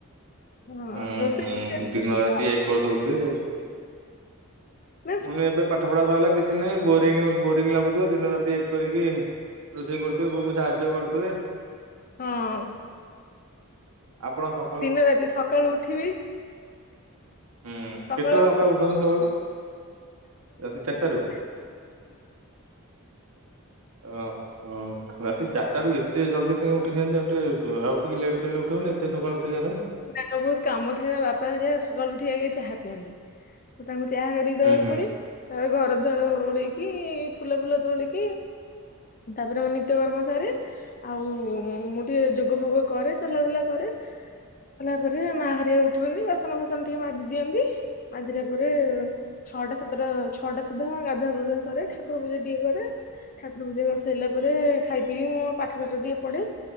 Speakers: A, on the left; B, on the right.
A: ହଁ
B: ଉ
A: ରୋଷେଇ
B: ହୁଁ
A: ରୋଷେଇ
B: ଦିନ ରାତି ଏକ କରିଦଉଥିବେ ଆଉ
A: ହ <unintelligible>
B: ମାନେ ଏବେ ପାଠ ପଢା ସଇଲା କିଛି ନାହିଁ ବୋରିଂ ବୋରିଂ ଲାଗୁଥିବ ଦିନ ରାତି ଏକ କରିକି ରୋଷେଇ କରୁଥିବେ ବୋଉକୁ ସାହାଯ୍ୟ କରୁଥିବେ
A: ହଁ
B: ଆପଣ ସ
A: ଦିନ ରାତି ସକାଳୁ ଉଠିବି
B: ହୁଁ
A: ସକାଳ
B: କେତେବେଳେ ଅକାଳ ଉଠନ୍ତି ସକାଳୁ ରାତି ଚାରିଟା ରୁ
A: ହ
B: ହଁ ହଁ ରାତି ଚାରିଟାରୁ ଏତେ ଜଲ୍ଦି କାଇ ଉଠିଛନ୍ତି ଆଉ ଟିକେ ଆଉ ଟିକେ ଲେଟ୍ ଉଠିବନି ଏତେ ସକାଳୁ ଉଠି।
A: ସାଙ୍ଗ ବହୁତ କାମ ଥାଏ ବାପା ହାରିଆ ସକାଳୁ ଉଠି ଆଗ ଚାହା ପିଅନ୍ତି। ତ ତାଙ୍କୁ ଚାହା କରିକି
B: ହୁଁ
A: ଦବାକୁ
B: ହୁଁ
A: ପଡେ। ତା ଘର ଦ୍ୱାର ଓଲେଇକି ଫୁଲ ଫୁଲ ତୋଳିକି। ତାପରେ ମୋ ନିତ୍ୟକର୍ମ ସାରେ ଆଉ ମୁଁ ଟିକେ ଯୋଗ ଫୋଗ କରେ। ଚଲାବୁଲା କରେ କଲା ପରେ ମା ହରିଆ ଉଠନ୍ତି ବାସନ ଫାସନ ଟିକେ ମାଜି ଦିଅନ୍ତି। ମଜିଲା ପରେ ଛଅଟା ସାତଟା ଛଅଟା ସୁଦ୍ଧା ଗାଧୁଆ ପାଦ୍ଧୁଆ ସରେ ଠାକୁର ପୂଜା ଟିକେ କରେ ଠାକୁର ପୂଜା କରିସାରିଲା ପରେ ଖାଇ ପିକି ମୁଁ ପାଠ ଫାଠ ଟିକେ ପଢେ